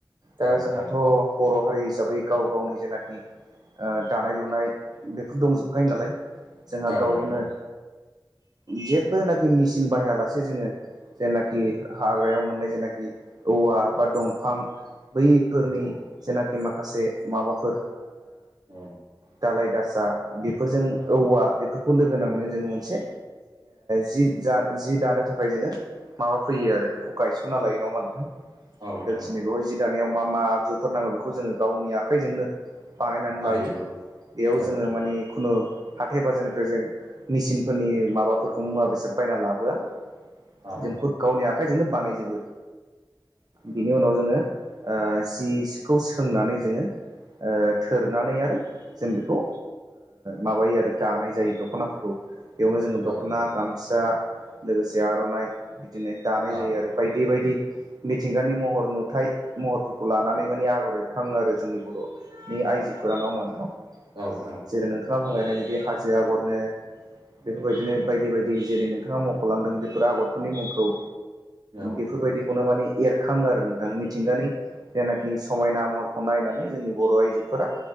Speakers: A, on the right; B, on the right.
A: दा
B: औ नोंथां
A: जोंहाथ'
B: औ
A: बर' हारि हिसाबै गाव गावनि जेनाखि दानाय लुनाय बेफोर दंजोबखायो नालाय जोंहा
B: औ
A: गावनो
B: औ नोंथां
A: जेबोनाखि मेचिन बाहायालासे जोङो जायनाखि हाग्रायाव मोननाय जेनाखि औवा बा दंफां बैफोरनिना
B: औ
A: माखासे माबाफोर
B: औ
A: दालाय दासा बेफोरजों
B: औ
A: औवा बे बेफोरखौ लोगो नांनानै जोङो मोनसे जि जि दानो थाखाय जोङो माबा फैयो आरो बेखौ गायसनना लायो नङा होनबा नोंथां
B: औ नोंथां
A: दोखिनि
B: औ
A: बेहाय जि दानो। मा मा आगजुफोर नांगौ बेखौ जों गावनि आखायजोंनो। बानायनानै
B: बानायजोबो
A: लायो बेयाव
B: औ
A: जोङो
B: नोंथां
A: माने खुनु हाथाय बाजारनिफ्राय जों मेसिनफोरनि माबाफोरखौ मुवा बेसाद बायना लाबोआ।
B: औ
A: जोंखौ गावनि आखाइजोंनो बानायजोबो बिनि उनाव जोङो। जिखौ सोंनानै जोङो। थोरनानै आरो जों बेखौ माबायो आरो जानाय जायो दख'नाफोरखौ। बेयावनो जोङो
B: औ
A: दख'ना
B: औ
A: गामसा लोगोसे आर'नाइ बिदिनो दानाय
B: औ
A: जायो आरो बायदि। बिदि मिथिंगा। दानि महर नुथाइ महरफोरखौ लानानै माने आगर एरखाङो आरो जोंनि बर'नि आइजोफोरा नाडा़ होनबा नोंथां।
B: औ नोंथां
A: जेरै नोंथाङा बुंलायनाय बिदि हाजो आगरनो बेफोरबायदिनो बायदि बायदि जेरै नोंथाङा मख'लांदों बेफोरो आगरफोरनि मुंखौ।
B: औ
A: बेफोरबायदिखौनो माने एरखाङो आरो नोंथां मिथिंगानि जेनाखि समायना महरखौ नायनानै जोंनि बर' आइजोफोरा